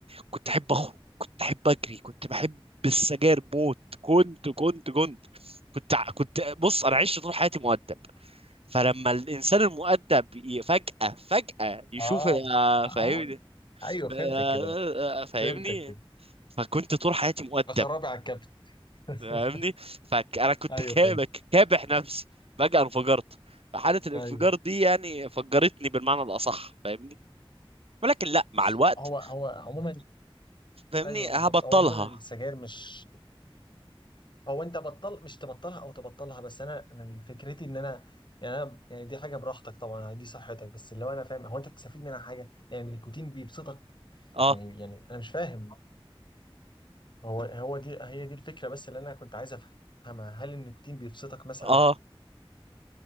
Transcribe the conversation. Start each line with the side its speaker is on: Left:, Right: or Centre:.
Right: كنت احب اخرج كنت احب اجري كنت بحب السجاير موت كنت كنت كنت كنت ع- كنت بص انا عشت طول حياتي مؤدب فلما الانسان المؤدب ي- فجأة فجأة يشوف
Left: اه
Right: آه،
Left: اه
Right: فاهمني
Left: ايوه فهمتك
Right: آه، آه،
Left: كده بقى
Right: آه، فاهمني
Left: فهمتك كده
Right: فكنت طول حياتي مؤدب
Left: اخربي على الكابتن <laughs>
Right: فاهمني فانا كنت
Left: ايوه
Right: كابك
Left: فهمتك
Right: كابح نفسي فجأة انفجرت فحالة الانفجار
Left: ايوه
Right: دي يعني فجرتني بالمعنى الأصح فاهمني ولكن لا مع
Left: بص
Right: الوقت
Left: هو هو عموما
Right: فاهمني
Left: ايوه بالظبط
Right: هبطلها
Left: هو عموما السجاير مش او انت بطل مش تبطلها او تبطلها بس انا انا فكرتي ان انا يعني انا يعني دي حاجه براحتك طبعا دي صحتك بس اللي هو انا فاهم هو انت بتستفيد منها حاجه يعني النيكوتين بيبسطك
Right: اه
Left: يعني يعني انا مش فاهم هو هو دي هي دي الفكره بس اللي انا كنت عايز افهمها هل النيكوتين بيبسطك مثلا
Right: اه